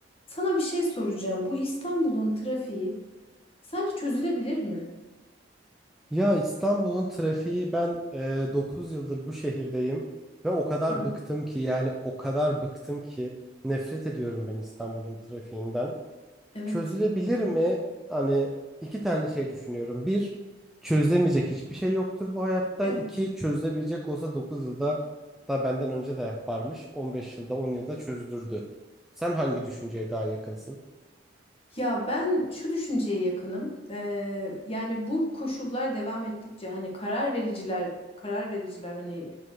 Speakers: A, on the left; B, in the centre.
A: Sana bir şey soracağım. Bu İstanbul'un trafiği sence çözülebilir mi?
B: Ya İstanbul'un trafiği ben e, 9 yıldır bu şehirdeyim ve o kadar
A: <clears throat>
B: bıktım ki yani o kadar bıktım ki nefret ediyorum ben İstanbul'un trafiğinden.
A: Evet.
B: Çözülebilir mi? Hani iki tane şey düşünüyorum. Bir, çözülemeyecek hiçbir şey yoktur bu hayatta.
A: Evet.
B: İki, çözülebilecek olsa 9 yılda hatta benden önce de varmış 15 yılda 10 yılda çözülürdü. Sen hangi düşünceye daha yakınsın?
A: Ya ben şu düşünceye yakınım. Ee, yani bu koşullar devam ettikçe hani karar vericiler karar vericiler hani